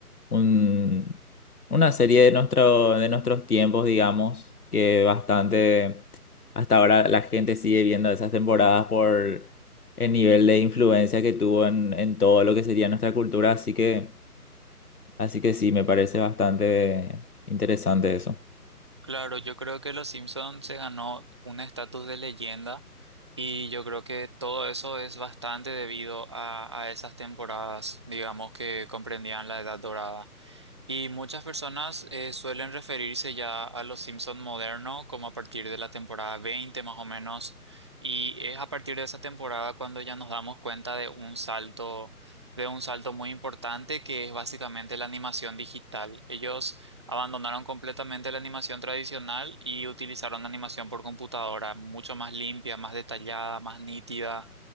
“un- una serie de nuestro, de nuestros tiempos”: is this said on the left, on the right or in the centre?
Left